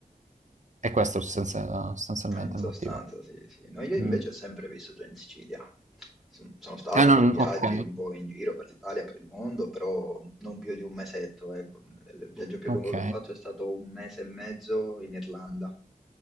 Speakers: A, on the right (about 50°); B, in the centre.
A: E questo è sostanzia- sostanzialmente
B: Eh, in sostanza
A: il motivo.
B: sì, sì. No, io invece
A: Mm.
B: ho sempre vissuto in Sicilia. Son sono stato
A: Ah,
B: per
A: no, no,
B: viaggi
A: ok,
B: un po' in giro per l'Italia, per il mondo, però non più di un mesetto, ecco. Il viaggio più
A: ok.
B: lungo che ho fatto è stato un mese e mezzo in Irlanda,